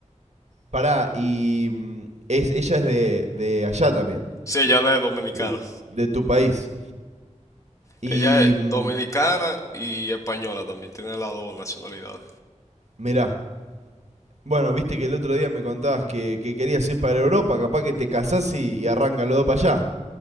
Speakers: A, on the right; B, on the left.
A: pará, y mm, es, ella es de, de allá también,
B: Sí, ella es dominicana.
A: de, de tu país. Y
B: Ella es
A: mm,
B: dominicana y española también, tiene las dos nacionalidades.
A: mirá, bueno, viste que el otro día me contabas que, que querías ir para Europa, capaz que te casás y, y arrancan los dos para allá.